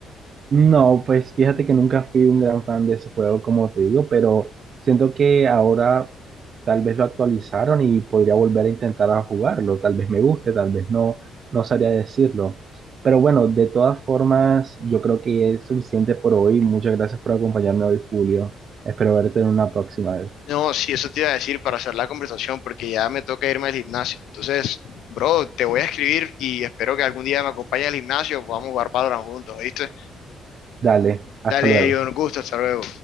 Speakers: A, on the right; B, on the left.
A: No, pues fíjate que nunca fui un gran fan de ese juego, como te digo, pero siento que ahora tal vez lo actualizaron y podría volver a intentar a jugarlo. Tal vez me guste, tal vez no, no sabría decirlo. Pero bueno, de todas formas, yo creo que es suficiente por hoy. Muchas gracias por acompañarme hoy, Julio. Espero verte en una próxima vez.
B: No, sí, eso te iba a decir para hacer la conversación, porque ya me toca irme al gimnasio. Entonces, bro, te voy a escribir y espero que algún día me acompañes al gimnasio, podamos jugar Valorant juntos, ¿viste?
A: Dale, hasta
B: Dale,
A: luego.
B: yo un gusto, hasta luego.